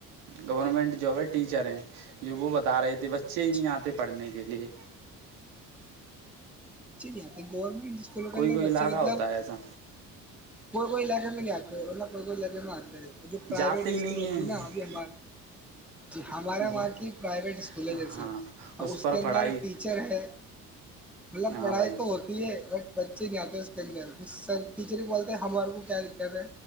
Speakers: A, on the right (about 85°); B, in the centre.
A: گورنمنٹ وہ ٹیچر ہیں جو وہ بتا رہے تھے بچے ہی
B: اچھا
A: نہیں آتے پڑھنے کے لیے
B: اچھی نہیں آتے گورنمنٹ اسکولوں
A: کوئی
B: کے اندر
A: کوئی
B: بچے
A: علاقہ
B: مطلب
A: ہوتا ہے ایسا
B: کوئیلاقے میں نہیں آ ہے کوئی کوئی لگے میں آچتے ہے جو پرائیویٹ
A: جاتے
B: اسکول
A: ہی نہیں
B: ہوتی
A: ہیں
B: ہے نا ابھی ہمار جی ہمارے
A: وہ
B: وہاں کی پرائیویٹ اسکول
A: ہاں
B: ہے جیسے ا اس
A: پر
B: کے اندر
A: پڑھائی
B: ٹیچر ہے مطلب
A: ہاں
B: پڑھائی
A: بھائی
B: تو ہوتی ہے بٹ بچے نہیں آتے ہیں اس کے اندر سر ٹیچر کو بول ہمار کو کیا دقت ہے